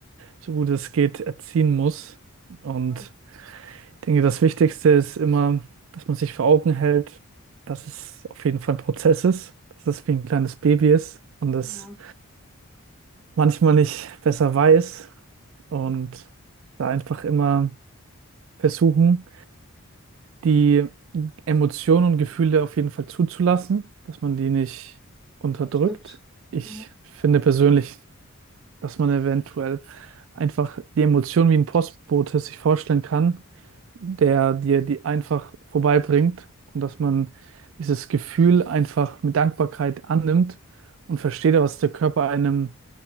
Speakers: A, on the right; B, in the centre.
A: so gut es geht, erziehen muss. Und
B: voll.
A: ich denke, das Wichtigste ist immer, dass man sich vor Augen hält, dass es auf jeden Fall ein Prozess ist, dass es wie ein kleines Baby ist und dass
B: ja,
A: manchmal nicht besser weiß und da einfach immer versuchen, die Emotionen und Gefühle auf jeden Fall zuzulassen, dass man die nicht unterdrückt.
B: unterdrückt.
A: Ich
B: Ja.
A: finde persönlich, dass man eventuell einfach die Emotionen wie ein Postbote sich vorstellen kann, der dir die einfach vorbeibringt und dass man dieses Gefühl einfach mit Dankbarkeit annimmt und versteht, was der Körper einem